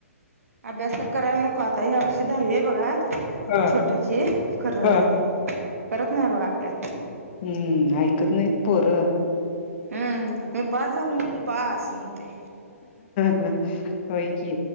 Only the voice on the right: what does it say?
अभ्यास तर करायला नको आता ह्या वर्षी दहावी आहे बघा.
छोट्याची खर
करत नाही बघा अभ्यास.
हम्म म पास झाल म्हणजे बस म्हणते.